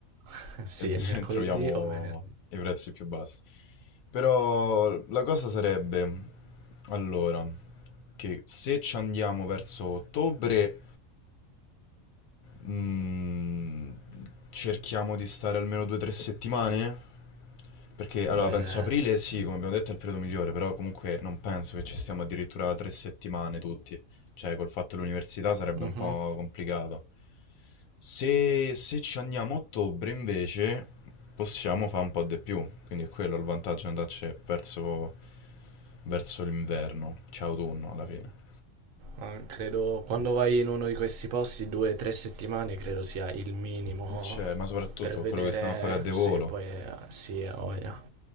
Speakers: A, on the right; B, on the left.
A: <laughs> Sì,
B: e <laughs>
A: è mercoledì
B: troviamo
A: o venerdì.
B: i prezzi più bassi. Però la cosa sarebbe, allora, che se ci andiamo verso ottobre Mm, cerchiamo di stare almeno due o tre settimane? Perché allora
A: Beh,
B: penso aprile sì, come abbiamo detto è il periodo migliore, però comunque non penso che ci stiamo addirittura tre settimane tutti. Cioè, col fatto dell'università sarebbe
A: mhm.
B: un po' complicato. Se, se ci andiamo a ottobre invece possiamo fare un po' di più, quindi è quello il vantaggio di andarci verso, verso l'inverno, cioè autunno alla fine.
A: Ah, credo quando vai in uno di questi posti, due o tre settimane credo sia il minimo
B: E c'è, ma soprattutto
A: per vedere
B: quello che stiamo a pagare di volo.
A: se poi eh, sì, ha voglia.